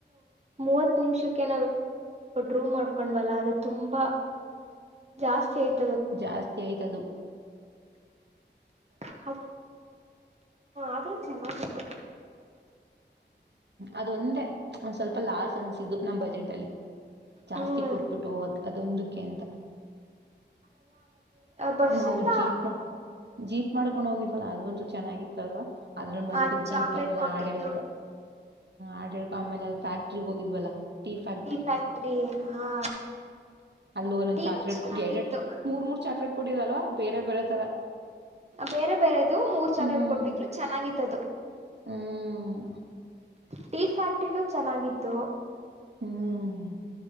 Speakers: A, on the right; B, on the right.
A: ಮುವತ್ತು ನಿಮಿಷಕ್ಕೆ ರೂಮ್ ಮಾಡ್ಕೊಂಡಿದ್ವಲ್ಲ ತುಂಬಾ ಜಾಸ್ತಿ ಆಯ್ತು
B: ಜಾಸ್ತಿ ಆಯ್ತಾ ಅದು
A: ಹಾ ಆದರೆ ಚೆನ್ನಾಗಿತ್ತು
B: ಅದೊಂದೇ ಸ್ವಲ್ಪ ನಮ್ ಬಜೆಟ್ ಅಲ್ಲಿ ಲಾಸ್ ಅನ್ಸಿದ್ದು ಜಾಸ್ತಿ
A: ಹ್ಮ್
B: ಕೊಟ್ಟುಬಿಟವಿ ಅಂತ
A: ಬಸ್ಸಲ್ಲ
B: ನಾವು ಜೀಪ್ ಮಾಡ ಜೀಪ್ ಮಾಡ್ಕೊಂಡು ಹೋಗಿದ್ವಲ್ಲ ಅದಂತು ಚೆನ್ನಾಗಿತ್ತು ಅಲ್ವಾ ಅದರ ಮಧ್ಯೆ
A: ಅಲ್ಲಿ
B: ಚಿಪ್
A: ಚಾಕ್ಲೇಟ್
B: ಅಲ್ಲೆಲ್ಲಾ
A: ಕೊಟ್ಟಿದ್ದು
B: ಆಡಿರೂದು ಆಡಳಿತ ಫ್ಯಾಕ್ಟರಿ ಹೋಗಿದ್ಯಲ್ಲ ಟೀ ಫ್ಯಾಕ್ಟರಿ
A: ಫ್ಯಾಕ್ಟ್ರಿ ಹಾ
B: ಅಲ್ಲಿ
A: ಟೀನು
B: ಚಾಕ್ಲೇಟ್
A: ಚೆನ್ನಾಗಿತ್ತು
B: ಎರಡೆರಡು ಮೂರ್ಮೂರು ಚಾಕ್ಲೇಟ್ ಕೊಟ್ಟಿದ್ರಲ್ವಾ ಬೇರೆ ಬೇರೆ ತರ
A: ಬೇರೆ ಬೆರೆದು ಮೂರ್ ಚಾಕಲೇಟು
B: ಹ್ಮ್
A: ಚೆನ್ನಾಗಿತ್ತು ಈತದು
B: ಹ್ಮ್
A: ಟೀ ಫ್ಯಾಕ್ಟರುನು ಚೆನ್ನಾಗಿತ್ತು
B: ಹ್ಮ್